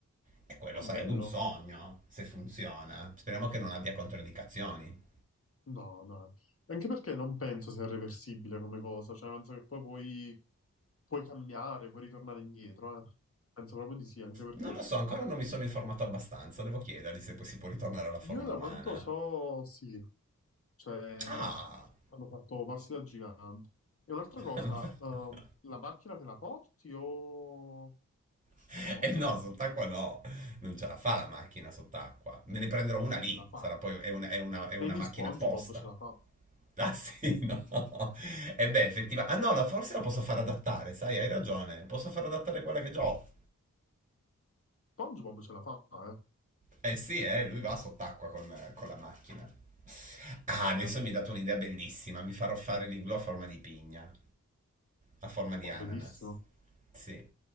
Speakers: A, on the right; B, on the left.
A: E quello
B: Ma
A: sarebbe
B: bello.
A: un sogno, se funziona. Speriamo che non abbia controindicazioni.
B: No, dai. Anche perché non penso sia reversibile come cosa, cioè, penso che poi puoi, puoi cambiare, puoi ritornare indietro, eh. Penso proprio di sì, anche perché
A: Non lo so, ancora non mi sono informato abbastanza, devo chiedergli se poi si può ritornare alla forma
B: Io da
A: umana.
B: quanto so, sì, cioè
A: Ah!
B: hanno fatto passi da gigante. E un'altra
A: <laughs>
B: cosa, ehm, la macchina te la porti o, o
A: <laughs>
B: no?
A: E no, sott'acqua no, non ce la fa la macchina sott'acqua. Me ne prenderò una
B: No,
A: lì,
B: Ce la fai.
A: sarà poi, è una, è una- è una
B: Prendi
A: macchina
B: SpongeBob,
A: apposta.
B: ce la
A: <laughs>
B: fa.
A: Ah sì, no. E
B: <laughs>
A: beh, effettivamente... Ah no, la- forse la posso far adattare, sai, hai ragione. Posso far adattare quella che già ho.
B: SpongeBob ce la fa, eh?
A: Eh sì, eh, lui va sott'acqua con, con la macchina. Ah, adesso
B: Eh,
A: mi hai dato un'idea bellissima. Mi farò fare l'igloo a forma di pigna, a forma di
B: qua,
A: ananas.
B: bellissimo.
A: Sì,